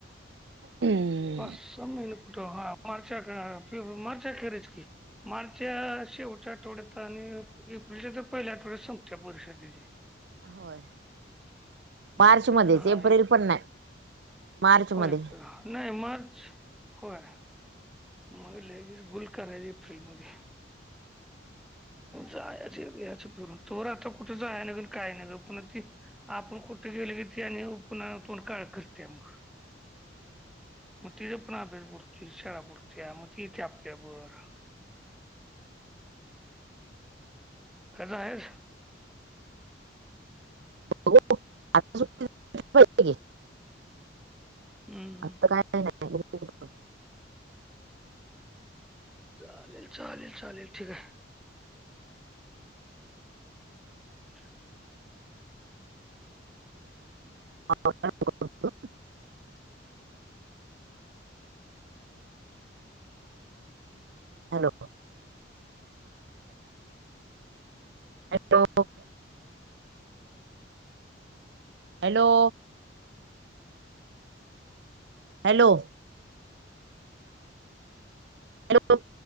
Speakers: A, on the right (about 60°); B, in the centre.
A: हम्म....
B: पाच -सहा महिने कुठ.. हा.. मार्च अखेर फेब्रुवारी मार्च अखेरीच की. मार्चच्या.. शेवटच्या आठवड्यात आणि एप्रिलच्या तर पहिल्या आठवड्यात संपतय परिषा त्याची.
A: होय,
B: मला
A: मार्च
B: वाटतं
A: मध्येच
B: हा
A: एप्रिल
B: एप-
A: पण नाही. मार्च
B: होय...
A: मध्ये
B: का नई मार्च... होय, मग लई दिस गुल करायली फ्रि मध्ये. जायाच बी याच फिरून, तोवर आता कुठ जाया नगत आणि काय नग पुन्हा ती आपण कुठ गेले की ती आणि पुन्हा तोंड काळ करत्या मगं. मग तिचा पण अभ्यास बुडतोय, शाळा बुडतीया, मग ती येते आपल्याबर. कसा आहेस?
A: बघू आता झोपेतून उठलो की.
B: हम्म
A: आता काही नय. हो <inaudible>
B: चालेल.. चालेल.. चालेल ठीकय. ह <inaudible>
A: ह <unintelligible> hello! Hello! Hello!... hello! Hello!